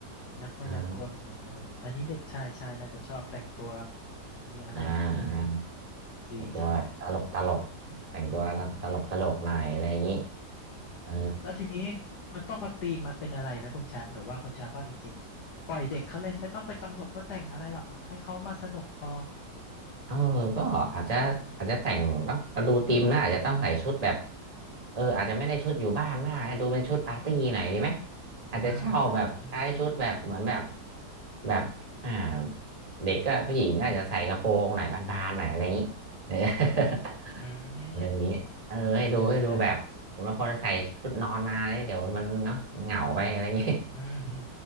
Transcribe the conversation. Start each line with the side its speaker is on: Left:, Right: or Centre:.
Left: นักมายากลนะเนอะเอออันนี้เด็กชายชายน่าจะชอบแต่งตัว
Right: อ่า
Left: มีอะไรอย่างนี้เออ
Right: อ่าอ่า
Left: ดีจังเลย
Right: แต่งตัวแบบตลกตลกแต่งตัวตลกตลกหน่อยอะไรอย่างนี้
Left: อืม
Right: เออ
Left: แล้วทีนี้มมันต้องเอาธีมมาเป็นอะไรไหมคุณแชมป์หรือว่าคุณแชมป์ว่าจริงๆปล่อยเด็กเขาเลยไม่ต้องไปกำหนดว่าแต่งอะไรหรอกให้เขามาสนุกพอ
Right: เออก็อาจจะอาจจะแต่งต้องมาดูธีมนะอาจจะต้องใส่ชุดแบบเอออาจจะไม่ได้ชุดอยู่บ้านมากให้ดูเป็นชุดปาร์ตี้หน่อยดีไหมอาจจะเช่าแบบใช้ชุดแบบเหมือนแบบ
Left: อ่าชุดปาร์ตี้
Right: แบบอ่าเด็กก็ผู้หญิงก็อาจจะใส่กระโปรงหน่อยบานๆหน่อยอะไรอย่างนี้เออ <laughs>
Left: อื
Right: อะไรอย่างนี้เออให้ดูให้ดูแบบ
Left: มเออได้
Right: บางคนใส่ชุดนอนมาเนี่ยเดี๋ยวมันเนาะเหงาไปอะไรอย่างนี้
Left: อืมอืม